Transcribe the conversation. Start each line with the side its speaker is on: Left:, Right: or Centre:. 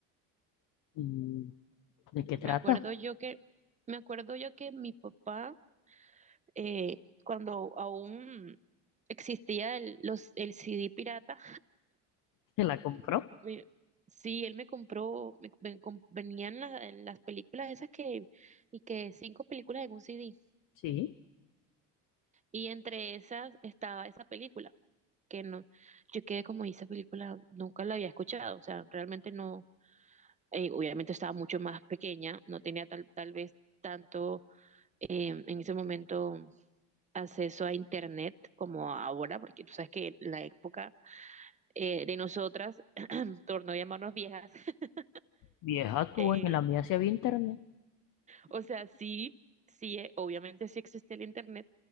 Left: ¿Y de qué trata?
Right: Me acuerdo yo que, me acuerdo yo que mi papá, eh, cuando aún existía el, los, el CD pirata,
Left: ¿Se la compró?
Right: <laughs> me- sí, él me compró, me, me com- venían la- las películas esas que, y que cinco películas en un CD.
Left: Sí.
Right: Y entre esas estaba esa película. que no, yo quedé como "¿Y esa película, nunca la había escuchado, o sea, realmente no, eh, obviamente estaba mucho más pequeña, no tenía tal, tal vez tanto eh, en ese momento acceso a internet como ahora, porque tú sabes que la época eh, de nosotras, <clears throat> torno a llamarnos viejas, <laughs>
Left: Vieja tú,
Right: eh,
Left: en la mía sí había internet.
Right: O sea, sí, sí, eh, obviamente sí existe el internet,